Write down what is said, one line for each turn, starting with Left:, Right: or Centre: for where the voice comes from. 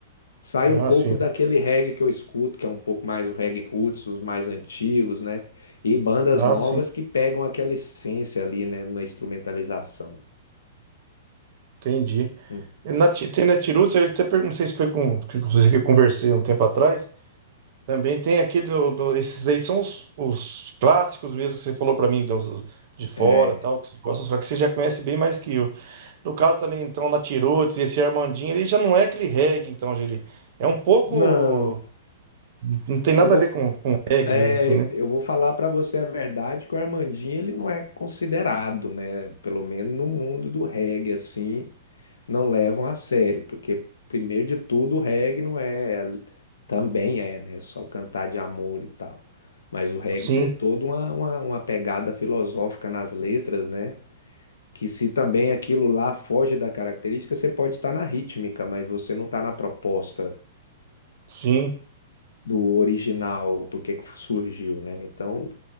Left: Sai
Right: Ah,
Left: um pouco
Right: sim.
Left: daquele reggae que eu escuto, que é um pouco mais o reggae roots, os mais antigos, né? E bandas
Right: Ah,
Left: novas
Right: sim.
Left: que pegam aquela essência ali, né, na instrumentalização.
Right: Entendi.
Left: Hum,
Right: E Na, Ti- tem na Tirutes, eu até perguntei, não sei se foi com que com você que eu conversei um tempo atrás. Também tem aquele, do- do- esses aí são os, os clássicos mesmo que você falou pra mim, dos, de fora,
Left: é,
Right: tal, que você gosta, só que você já conhece bem mais que eu. No caso também, então, o Natiruts esse Armandinho, ele já não é aquele reggae, então, já ele é um pouco.
Left: Não,
Right: Não tem nada
Left: eu vou,
Right: a ver com, com reggae
Left: é,
Right: mesmo, assim, né?
Left: eu vou falar pra você a verdade que o Armandinho ele não é considerado, né? Pelo menos no mundo do reggae assim, não levam a sério, porque primeiro de tudo o reggae não é, também é, né? Só cantar de amor e tal. Mas o reggae
Right: Sim,
Left: tem toda uma, uma, uma pegada filosófica nas letras, né? Que se também aquilo lá foge da característica, você pode estar na rítmica, mas você não está na proposta
Right: sim.
Left: do original, por que que surgiu, né? Então,